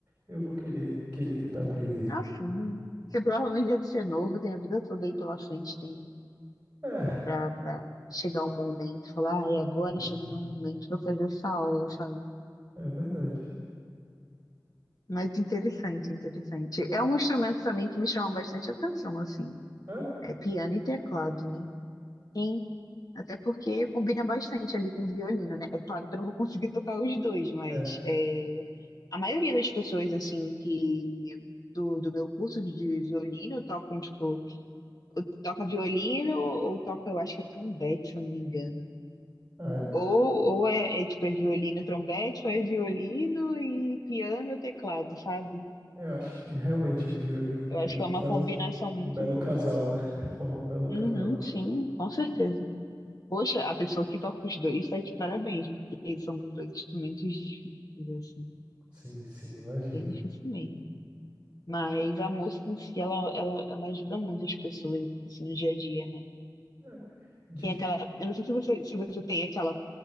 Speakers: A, on the right; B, on the left.
A: eu vou querer querer tentar aprender.
B: Ah, sim. Você provavelmente deve ser novo, tem a vida toda aí pela frente, tem
A: É,
B: pra, pra chegar um momento, falar, ai, agora
A: Sim,
B: chegou
A: sim.
B: o meu momento pra eu fazer essa aula, sabe?
A: É verdade.
B: Mas interessante, interessante. É um instrumento também que me chama bastante atenção, assim.
A: É,
B: É piano e teclado, né? Sim, até porque combina bastante ali com violino, né? É claro que eu não vou conseguir <laughs> tocar os dois, mas
A: é,
B: é, a maioria das pessoas, assim, que do, do meu curso de violino tocam, tipo, ou toca violino ou toca, eu acho que é trompete, se eu não me engano.
A: Ah, é.
B: Ou, ou é, é, tipo, é violino, trompete, ou é violino e piano ou teclado, sabe?
A: Eu acho que realmente violino e
B: Eu
A: piano
B: acho que é uma
A: fazem
B: combinação muito
A: um belo
B: boa.
A: casal, né? <laughs> Formam um belo
B: Uhum,
A: casal.
B: sim, com certeza. Poxa, a pessoa que toca os dois tá de parabéns, porque são dois instrumentos difíceis, assim,
A: Sim, sim, imagino.
B: bem difícil mesmo. Mas a música em si, ela, ela, ela ajuda muito as pessoas assim, no dia a dia, né?
A: É, diz,
B: Tem aquela, eu não sei se você, se você tem aquela